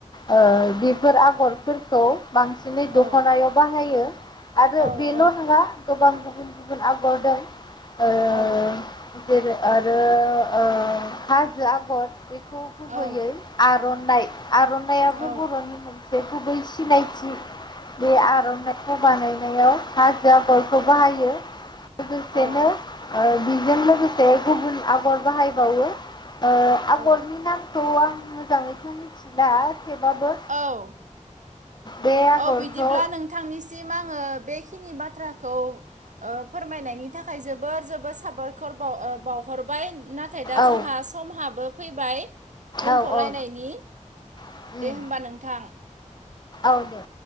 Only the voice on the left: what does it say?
ओ बेफोर आगरफोरखौ बांसिनै दख'नायाव
बाहायो आरो
बेल'
नङा गोबां गुबुन गुबुन आगर दं ओ
जेरै - आरो ओ हाजो आगर बे खौ गुबैयै
आर'नाय आर'नाइयाबो
बर'नि मोनसे गुबै सिनायथि बे- आरनाइखौ बानायनायाव हाजो आगरखौ बाहायो। लोगोसेनो
जों लोगोसे गुबुन आगर बाहायबावो। ओ
आगरनि नामखौ आङो मोजाङैथ' मिथिला। थेवबाबो
बे आगरखौ
औ
औ औ उम
औ दे।